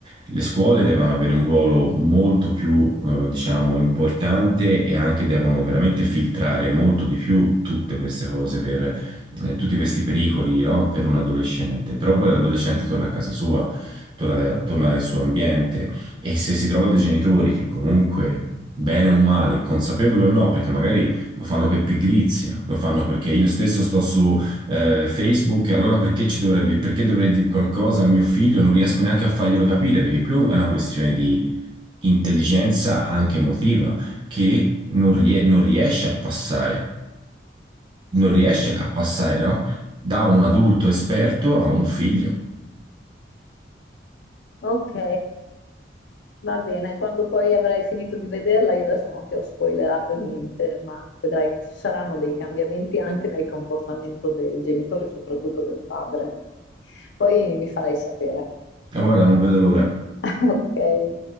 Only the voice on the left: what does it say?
Sì.
Ok, va bene. Quando poi avrai finito di vederla, io adesso non ti ho spoilerato niente, ma vedrai che ci saranno dei cambiamenti anche nel comportamento dei genitori, soprattutto del padre. Poi mi farai sapere.
<laughs> Ok.